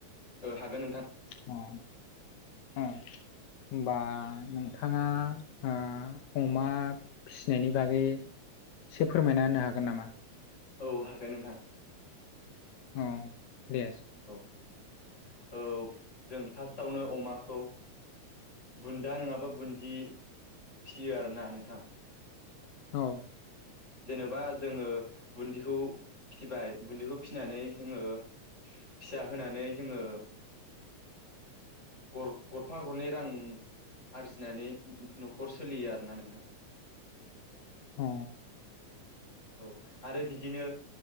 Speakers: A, on the left (about 25°); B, on the left (about 80°).
A: औ हागोन नोंथां
B: अ। आ होनबा नोंथाङा आ अमा फिनायनि बागै एसे फोरमायना होनो हागोन नामा
A: औ हागोन नोंथां
B: अ दे
A: औ औ जों फार्स्टआवनो अमाखौ बुन्दा नङाबा बुन्दि फियो आरोना नोंथां
B: औ
A: जेनेबा जोङो बुन्दिखौ फिबाय बुन्दिखौ फिनानै जोङो फिसा होनानै जोङो गर गरफा गरनै रां आरजिनानै न'खर सोलियो आरोना नोंथां
B: अ
A: औ आरो बिदिनो